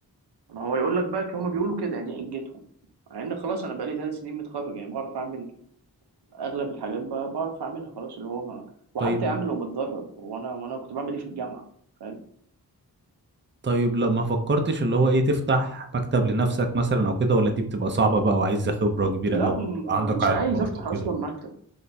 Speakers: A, on the right; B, on the right.
A: ما هو يقول لك بقى هما بيقولوا كده يعني دي حجتهم مع ان خلاص انا بقالي ثلاث سنين متخرج يعني بعرف اعمل اغلب الحاجات بقى بعرف اعملها خلاص اللي هو ما وحتى
B: طيب
A: يا عم لو بتدرب هو انا وانا كنت بعمل ايه في الجامعه فاهم
B: طيب لا ما فكرتش اللي هو ايه تفتح مكتب لنفسك مثلا او كده ولا دي بتبقى صعبة بقى وعايزة خبرة كبيرة
A: لا
B: او
A: م-
B: يبقى عندك
A: مش
B: علاقات
A: عايز افتح
B: وكده
A: اصلا مكتب